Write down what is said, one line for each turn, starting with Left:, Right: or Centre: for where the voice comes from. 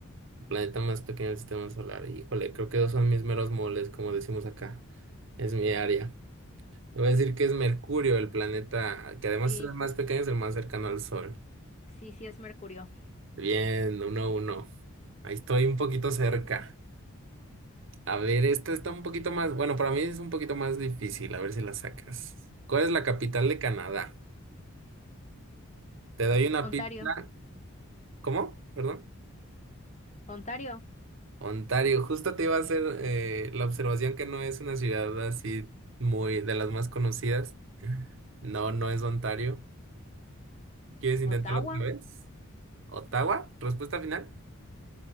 Right: El planeta más pequeño del sistema solar. Híjole, creo que dos son mis meros moles, como decimos acá. Es mi área. Te voy a decir que es Mercurio, el planeta que además
Left: Sí,
Right: es el más pequeño, es el más cercano al Sol.
Left: sí, sí, es Mercurio.
Right: Bien, uno, a uno. Ahí estoy un poquito cerca. A ver, esta está un poquito más, bueno, para mí es un poquito más difícil, a ver si la sacas. ¿Cuál es la capital de Canadá? Te doy una
Left: Ontario.
Right: pista. ¿Cómo? Perdón.
Left: Ontario,
Right: Ontario. Justo te iba a hacer eh, la observación que no es una ciudad así muy de las más conocidas. No, no es Ontario. ¿Quieres intentarlo
Left: Ottawa,
Right: otra vez? ¿Ottawa? ¿Respuesta final?